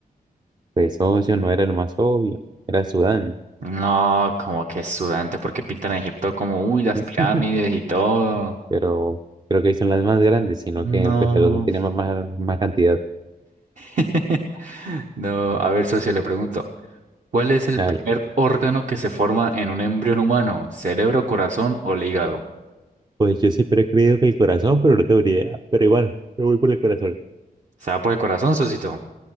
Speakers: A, on the right; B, on the right.
A: Pues, socio, no era lo más obvio. Era Sudán.
B: No, como que es sudante, porque pintan a Egipto como, uy, las
A: <laughs>
B: pirámides y todo.
A: Pero creo que son las más grandes, sino
B: No.
A: que pues el otro tiene más, más, más cantidad.
B: <laughs> No, a ver, socio, le pregunto, ¿cuál es el
A: Dale.
B: primer órgano que se forma en un embrión humano? ¿Cerebro, corazón o el hígado?
A: Pues yo siempre he creído que el corazón, pero no tengo ni idea. Pero igual, me voy por el corazón.
B: ¿Está por el corazón, socito?